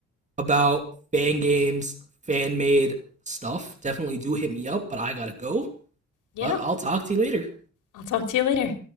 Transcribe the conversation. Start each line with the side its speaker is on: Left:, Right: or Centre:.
Right: about fan games, fan made stuff, definitely do hit me up. But I gotta go.
Left: Yeah.
Right: But I'll talk to you later.
Left: I'll talk to you later.